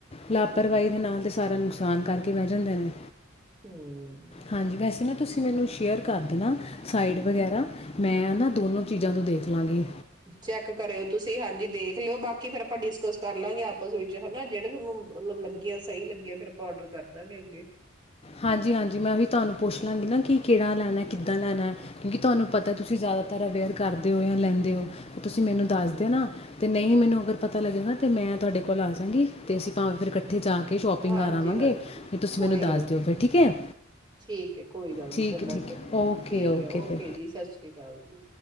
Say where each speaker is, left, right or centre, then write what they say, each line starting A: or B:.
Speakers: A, on the left; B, on the right.
A: ਲਾਪਰਵਾਹੀ
B: ਹਮ
A: ਦੇ ਨਾਲ ਤੇ ਸਾਰਾ ਨੁਸ ਸਾਨ ਕਰਕੇ ਬਹਿ ਜਾਂਦੇ ਨੇ
B: ਹਮ
A: ਹਾਂਜੀ ਵੈਸੇ ਨਾ ਤੁਸੀਂ ਮੈਨੂੰ ਸ਼ੇਅਰ ਕਰ ਦੇਣਾ ਸਾਈਡ ਵਗੈਰਾ ਮੈਂ ਨਾ ਦੋਨੋ ਚੀਜ਼ਾਂ ਤੋਂ ਦੇਖ ਲਾਂਗੀ
B: ਚੈੱਕ ਕਰਿਓ ਤੁਸੀਂ ਹਾਂਜੀ ਦੇਖ ਲਿਓ ਬਾਕੀ ਫੇਰ ਤੁਹਾਡੀ ਕਸ ਕਰ ਲਾਂਗੇ ਆਪਸ ਵਿੱਚ ਹਨਾ ਜਿਹੜੇ ਤੁਹਾਨੂੰ ਮਤਲਬ ਲੱਗੀਆਂ ਸਹੀ ਲੱਗੀਆਂ ਫਿਰ ਆਪਾਂ ਡਰ ਕਰ ਦਾਂਗੇ ਅੱਗੇ
A: ਹਾਂਜੀ ਹਾਂਜੀ ਮੈਂ ਉਹੀ ਤੁਹਾਨੂੰ ਪੁੱਛ ਲਾਂਗੀ ਨਾ ਕਿ ਕਿਹੜਾ ਲੈਣਾ ਕਿੱਦਾਂ ਲੈਣਾ ਹੈ ਕਿਉਂਕਿ ਤੁਹਾਨੂੰ ਪਤਾ ਤੁਸੀਂ ਜ਼ਿਆਦਾਤਰ ਅਵੇਅਰ ਕਰਦੇ ਹੋ ਜਾਂ ਲੈਂਦੇ ਹੋ ਤੁਸੀਂ ਮੈਨੂੰ ਦੱਸਦੇ
B: ਹੂੰ
A: ਨਾ ਤੇ ਨਹੀਂ ਮੈਨੂੰ ਅਗਰ ਪਤਾ ਲੱਗੇਗਾ ਅਤੇ ਮੈਂ ਤੁਹਾਡੇ ਕੋਲ ਆ ਜਾਵਾਂਗੀ ਅਤੇ ਅਸੀਂ ਭਾਵੇਂ ਫਿਰ ਇਕੱਠੇ ਇੱਥੇ ਜਾ ਕੇ ਸ਼ੋਪਿੰਗ
B: ਹਾਂਜੀ
A: ਕਰ ਆਵਾਂਗੇ
B: ਹਾਂਜੀ
A: ਜ ਤੁਸੀਂ
B: ਕੋਈ
A: ਮੈਨੂੰ ਦੱਸ
B: ਗੱਲ
A: ਦਿਓ ਫਿਰ ਠੀਕ ਹੈ
B: ਠੀਕ ਹੈ ਕੋਈ ਗੱਲ
A: ਠੀਕ
B: ਨੀ ਚੱਲਾਂਗੇ
A: ਹੈ ਠੀਕ
B: ਆਪਾਂ
A: ਹੈ ਓਕੇ
B: ਠੀਕ ਹੈ ਓਕੇ
A: ਫਿਰ
B: ਜੀ ਸਤਿ ਸ੍ਰੀ ਅਕਾਲ ਜੀ